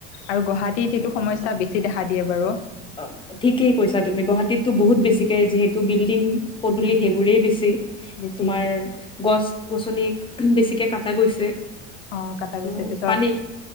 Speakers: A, on the left (about 80°); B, on the left (about 15°).
A: আৰু গুৱাহাটীত এইটো সমস্যা বেছি দেখা দিয়ে বাৰু।
B: অঁ। ঠিকেই কৈছা তুমি, গুৱাহাটীতো বহুত
A: উম
B: বেছিকে যিহেতু বিল্ডিং পদূলি সেইবোৰেই বেছি।
A: বেছি
B: তোমাৰ গছ-গছনি বেছিকে কটা গৈছে।
A: অঁ' কটা
B: ত'
A: গৈছে, পিছত
B: পানী